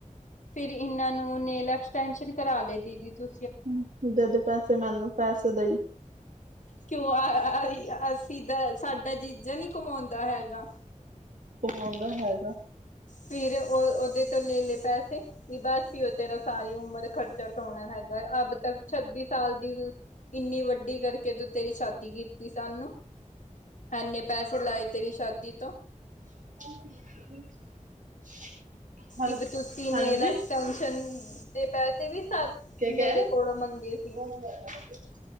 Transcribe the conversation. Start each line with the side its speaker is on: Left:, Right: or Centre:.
Left: ਫੇਰ ਇੰਨਾਂ ਨੂੰ ਨੇਲ ਐਕਸਟੈਂਸ਼ਨ ਕਰਾ ਲੀ ਦੀਦੀ ਤੁ
Right: ਹੂੰ। ਦੇ ਦੇ ਪੈਸੇ ਮੈਨੂੰ ਪੈਸੇ ਦਈ।
Left: ਕਿਓਂ ਆ ਆਈ ਅ ਅਸੀ ਦਾ ਸਾਡਾ ਜੀਜਾ ਨੀ ਕਮਾਉਂਦਾ ਹੈਗਾ।
Right: ਕਮਾਉਂਦਾ ਹੈਗਾ।
Left: ਫਿਰ ਓ ਓਦੇ ਤੋਂ ਲੈ ਲੈ ਪੈਸੇ। ਕੀਦਾ ਅਸਿਓ ਤੇਰਾ ਸਾਰੀ ਉਮਰ ਖਰਚਾ ਡੋਣਾ ਹੈਗੈ। ਅੱਬ ਤੱਕ ਛੱਬੀ ਸਾਲ ਦੀ ਇੰਨੀ ਵੱਡੀ ਕਰਕੇ ਦਿਤ- ਤੇਰੀ ਸ਼ਾਦੀ ਕੀਤੀ ਸਾਨੂੰ। ਐਂਨੇ ਪੈਸੇ ਲਾਏ ਤੇਰੀ ਸ਼ਾਦੀ ਤੋਂ।
Right: <unintelligible>
Left: ਇਬ ਤੁਸੀਂ ਨੇਲ‌
Right: ਹਾਂਜੀ
Left: ਐਕਸਟੈਨਸ਼ਨ ਦੇ ਪੈਸੇ ਵੀ ਸਾਥ
Right: ਕੀ ਕਹਿ
Left: ਮੇਰੇ
Right: ਰਹੇ
Left: ਕੋਲੋਂ ਮੰਗੇ ਸੀ।
Right: <unintelligible>